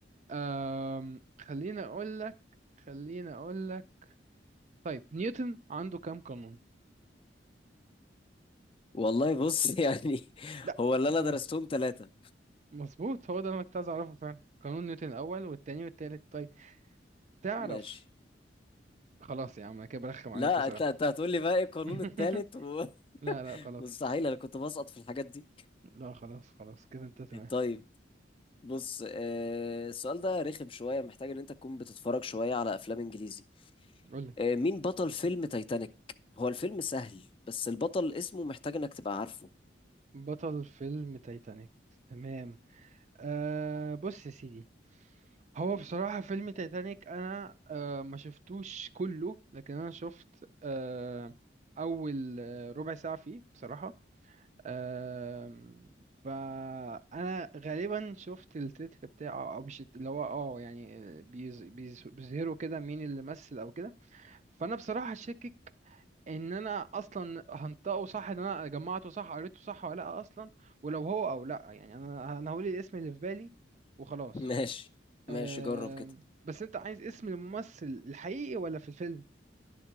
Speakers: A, on the right; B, on the left.
A: أم... خليني اقول لك خليني اقول لك طيب نيوتن عنده كام قانون
B: والله بص <laughs> يعني
A: لا
B: هو اللي انا
A: اه
B: درستهم ثلاثة
A: مظبوط هو ده اللي انا كنت عايز اعرفه فعلا قانون نيوتن الاول والتاني والتالت طيب تعرف
B: ماشي
A: خلاص يا عم انا كده برخم عليك
B: لا
A: بصراحه
B: انت انت هتقول لي بقى ايه القانون
A: <laughs>
B: الثالث و...
A: لا لا
B: <laughs>
A: خلاص
B: مستحيل انا كنت بسقط في الحاجات دي
A: لا خلاص خلاص كده انت تمام
B: طيب بص آه السؤال ده رخم شوية محتاج ان انت تكون بتتفرج شوية على افلام انجليزي
A: قول لي
B: آه مين بطل فيلم تايتانيك هو الفيلم سهل بس البطل اسمه محتاج انك تبقى عارفه
A: بطل فيلم تايتانيك تمام آه بص يا سيدي هو بصراحة فيلم تايتانيك أنا آه، ما شفتوش كله لكن أنا شفت آه، أول آه، ربع ساعة فيه بصراحة آم، فأنا غالبا شفت التتر بتاعه أو مش الت- اللي هو اه يعني آه، بيز- بيز- بيظهروا كده مين اللي مثل أو كده فأنا بصراحة شاكك إن أنا أصلا هنطقه صح إن أنا جمعته صح قريته صح ولا لأ أصلا ولو هو أو لأ يعني أنا أنا هقول الاسم اللي في بالي وخلاص
B: <laughs> ماشي
A: آه
B: ماشي جرب كده
A: بس انت عايز اسم الممثل الحقيقي ولا في الفيلم